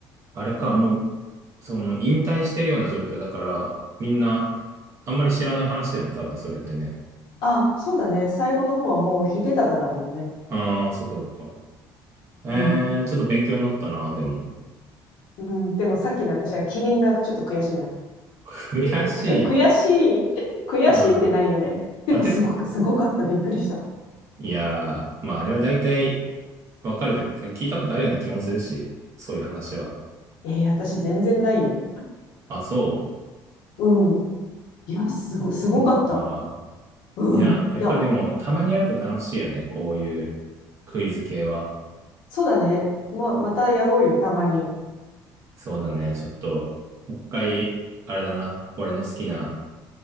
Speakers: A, on the right; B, on the left.
A: あれか、もう、その、引退してるような状況だから、みんな、あんまり知らない話だよね、多分それってね。
B: あ、そうだね。最後の方はもう秀忠だもんね。
A: ああ、そっかそっか。えー、
B: うん。
A: ちょっと勉強になったな、でも。
B: うん、でもさっきの私はキリンがちょっと悔しいな。
A: <laughs> 悔しい。
B: <laughs> 悔しい悔しいってないよね。
A: うん。
B: でもすごく、
A: 当て、
B: すごかった。びっくりした。
A: いやー、まああれは大体、わかるというか、聞いたことあるような気もするし、そういう話は。
B: えー、私全然ないよ。
A: あ、そ
B: うん。いや、すご、すごかった。
A: う。なんか、
B: うん。
A: いや、やっぱでも、
B: いや、
A: たまにやると楽しいよね、こういうクイズ系は。
B: そうだね。まあ、またやろうよ、たまに。
A: そうだね、ちょっと、もう一回、あれだな、俺の好きな